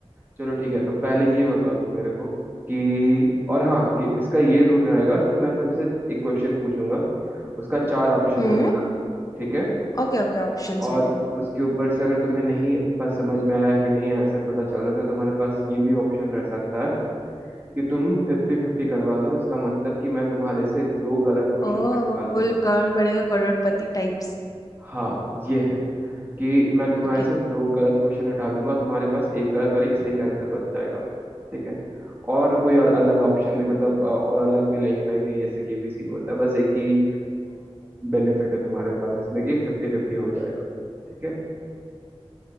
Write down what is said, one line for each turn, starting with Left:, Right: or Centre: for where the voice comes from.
Right: चलो ठीक है तो पहले ये बताओ तुम मेरे को कि और हाँ ये- इसका ये रूल रहेगा कि मैं तुमसे एक क्वेश्चन पूछूंगा उसका चार ऑप्शन
Left: हम्म
Right: रहेगा ठीक है
Left: ओके ओके ऑप्शंस
Right: और
Left: भी
Right: उसके ऊपर से अगर तुम्हें नहीं पास समझ में आया फिर नहीं आंसर पता चल रहा तो तुम्हारे पास ये भी ऑप्शन रह सकता है कि तुम फिफ्टी फिफ्टी करवा लो इसका मतलब कि मैं तुम्हारे से दो गलत क्वेश्चन
Left: ओ
Right: कटवा लूंगा
Left: कुल Kaun Banega Crorepati types
Right: हाँ ये है कि मैं तुम्हारे
Left: Okay
Right: से दो गलत क्वेश्चन हटा दूंगा तुम्हारे पास एक गलत और एक सही आंसर बच जाएगा ठीक है और कोई अ- अलग ऑप्शन मतलब अ, और अलग कोई लाइफ लाइन नहीं जैसे कि एबीसी में होता है बस एक ही बेनिफिट है तुम्हारे पास इसमें कि फिफ्टी फिफ्टी हो जाएगा ठीक है